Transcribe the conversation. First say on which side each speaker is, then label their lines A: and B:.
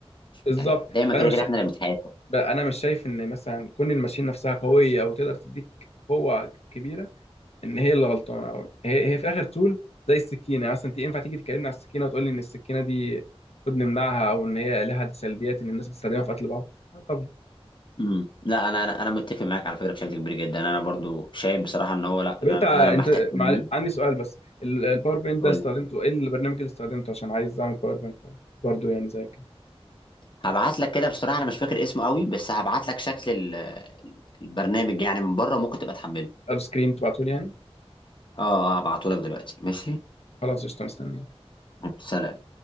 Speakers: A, on the left (about 80°); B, on the left (about 50°).
A: بالظبط
B: يعني دايما
A: فانا
B: كده
A: مش
B: كده احنا اللي بنتحاسب
A: بقى انا مش شايف ان مثلا كون الماشين نفسها قويه او تقدر تديك قوه كبيره ان هي اللي غلطانه او هي هي في الاخر تول زي السكينه يعني مثلا انت ينفع تيجي تكلمني على السكينه وتقول لي ان السكينه دي المفروض نمنعها او ان هي لها سلبيات ان الناس بتستخدمها في قتل بعض لا طبعا
B: امم لا انا انا انا متفق معاك على فكره بشكل كبير جدا انا برضو شايف بصراحه ان هو لا
A: طب
B: انا
A: انت انت
B: أنا لما احتكت
A: مع...
B: بيه
A: عندي سؤال بس ال- الباور بوينت
B: قول
A: ده استخدمته
B: لي
A: ايه البرنامج اللي استخدمته عشان عايز اعمل باور بوينت برضه يعني زي كده
B: هبعت لك كده بصراحة أنا مش فاكر اسمه قوي بس هبعت لك شكل ال- ال- البرنامج يعني من بره ممكن تبقى تحمله
A: اب سكرين تبعته لي يعني
B: اه آه، هبعته لك دلوقتي ماشي
A: خلاص قشطه مستني
B: سلام